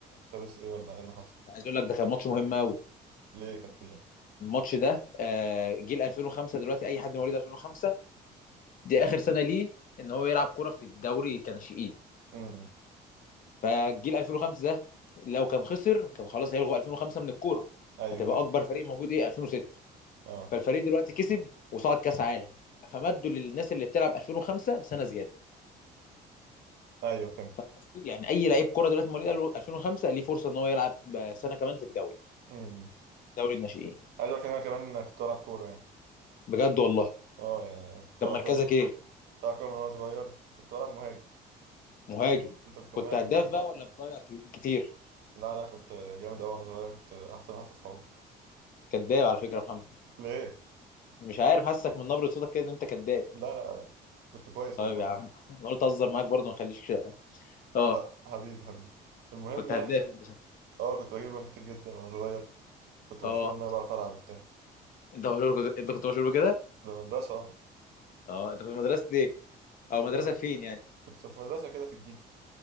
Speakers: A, on the right; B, on the left.
A: خلص إيه ولا إيه اللي حصل
B: عايز اقول لك ده كان ماتش مهم قوي
A: ليه كان فيه
B: الماتش ده آه، جيل 2005 دلوقتي اي حد مواليد 2005 دي اخر سنه ليه ان هو يلعب كوره في الدوري كناشئين
A: امم
B: فجيل 2005 ده لو كان خسر كان خلاص هيلغوا 2005 من الكوره
A: أيوة
B: هتبقى
A: فاهم
B: اكبر فريق موجود ايه 2006
A: أه
B: فالفريق دلوقتي كسب وصعد كاس عالم فمدوا للناس اللي بتلعب 2005 سنه زياده
A: أيوة فهمت
B: فاهم قصدي؟ يعني اي لعيب كوره دلوقتي مواليد 2005 ليه فرصه ان هو يلعب آه، سنه كمان في الدوري
A: امم
B: دوري الناشئين
A: عايز أقول لك إن أنا كمان كنت بلعب كورة يعني
B: بجد والله
A: أه يعني كنت
B: كان
A: بلعب
B: مركزك
A: كورة من
B: ايه
A: بلعب كورة من وأنا صغير كنت بلعب مهاجم
B: مهاجم
A: أنت أنت كنت
B: كنت
A: مهاجم
B: هداف
A: برضه صح؟
B: بقى ولا بتضيع ك- كتير
A: لا لا كنت جامد أوي وأنا صغير كنت أحسن واحد في أصحابي
B: كداب على فكره يا محمد
A: ليه؟
B: مش عارف حاسك من نبره صوتك كده ان انت كداب
A: لا لا كنت كويس
B: طيب
A: والله
B: يا عم انا قلت اهزر معاك برضه ما اخليكش اه
A: ح- حبيبي حبيبي المهم
B: كنت
A: يعني
B: هداف انت شا-
A: اه كنت بجيب جوان كتير جدا وانا صغير كنت
B: اه
A: مشهور ان انا بعرف العب وبتاع
B: انت مشهور انت كنت مشهور بكده
A: في المدرسة اه.
B: اه انت كنت مدرسه ايه او
A: كنت
B: مدرسه
A: في مد-
B: فين يعني
A: كنت في مدرسة كده في الجيزة